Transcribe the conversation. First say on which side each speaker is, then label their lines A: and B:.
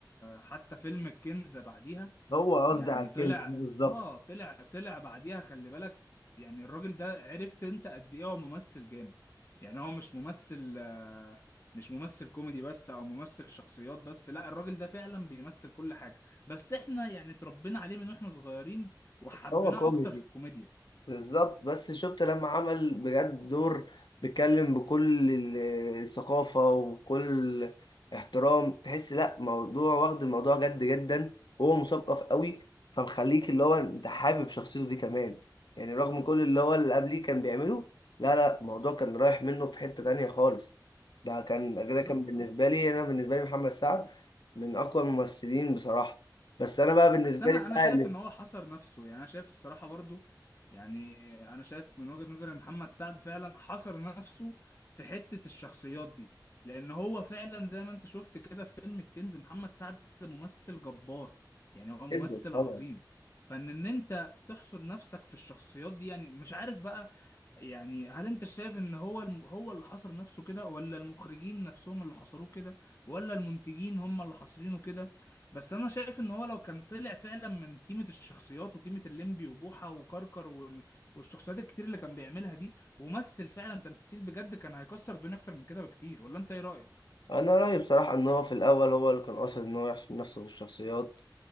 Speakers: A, on the left (about 35°); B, on the left (about 75°).
A: حتى فيلم الكنز بعديها
B: هو قصدي
A: يعني
B: على الكلمه
A: طلع
B: دي بالظبط
A: اه طلع طلع بعديها خلي بالك يعني الراجل ده عرفت انت قد ايه هو ممثل جامد يعني هو مش ممثل آه، مش ممثل كوميدي بس او ممثل شخصيات بس لا الراجل ده فعلا بيمثل كل حاجة بس احنا يعني اتربينا عليه من واحنا صغيرين وحبيناه
B: هو كوميدي
A: اكتر في الكوميديا
B: بالظبط بس شفت لما عمل بجد دور بيتكلم بكل ال- الثقافة وكل احترام تحس لا موضوع واخد الموضوع جد جدا وهو مثقف قوي فمخليك اللي هو انت حابب شخصيته دي كمان يعني رغم كل اللي هو اللي قبليه كان بيعمله لا لا الموضوع كان رايح منه في حتة تانية خالص ده كان
A: بالظبط
B: كده كان بالنسبة
A: اه
B: لي انا بالنسبة لي محمد سعد من اقوى الممثلين بصراحة بس انا بقى بالنسبة
A: بس انا
B: لي بقى
A: انا شايف
B: اللي
A: ان هو حصر نفسه يعني انا شايف الصراحه برضو يعني انا شايف من وجهه نظري إن محمد سعد فعلا حصر نفسه في حته الشخصيات دي لان هو فعلا زي ما انت شفت كده في فيلم الكنز محمد سعد ممثل جبار يعني هو ممثل
B: جدا طبعا
A: عظيم فان ان انت تحصر نفسك في الشخصيات دي يعني مش عارف بقى يعني هل انت شايف ان هو الم... هو اللي حصر نفسه كده ولا المخرجين نفسهم اللي حصروه كده ولا المنتجين هم اللي حاصرينه كده بس انا شايف ان هو لو كان طلع فعلا من تيمة الشخصيات وتيمة الليمبي وبوحة وكركر وال... والشخصيات الكتير اللي كان بيعملها دي ومثل فعلا تمثيل بجد كان هيكسر الدنيا اكتر من كده بكتير ولا انت ايه رأيك؟
B: انا رايي بصراحه ان هو في الاول هو اللي كان قاصد ان هو يحسن نفسه في الشخصيات